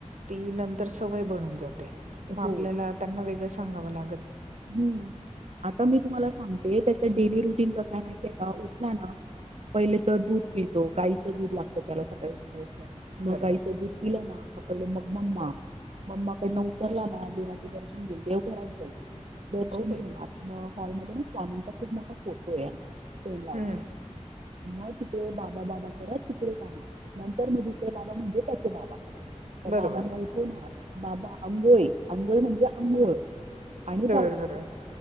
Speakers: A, on the right; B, on the right.
A: ती नंतर सवय बनून जाते, मग
B: हो
A: आपल्याला त्यांना वेगळं सांगावं लागत नाही.
B: हम्म, आता मी तुम्हाला सांगते त्याच डेली रुटीन कसा माहितीय का? उठला ना पहिले तर दूध पिततो गायचं दूध लागतं, त्याला सकाळी उठल्या-उठल्या
A: बरोबर
B: मग गाईचं दूध पिलं ना? पहिले मग मम्मा मम्मा, कडनं उतरला ना देवाचे दर्शन घेईल देवघरात जाईल. दर्शन
A: ओ बाई
B: घेणार म हॉलमध्ये ना, स्वामींचा खूप मोठा फोटो आहे आचा तेल लावली
A: हं, हं.
B: मग तिकडे बाबा-बाबा करत तिकडे जाणार, नंतर मग दुसरे बाबा म्हणजे त्याचे बाबा.
A: बरोबर
B: बाबांना उठवणार बाबा अंंगोळी. आंघोळ म्हणजे आंघोळ आणि ब
A: बर <unintelligible>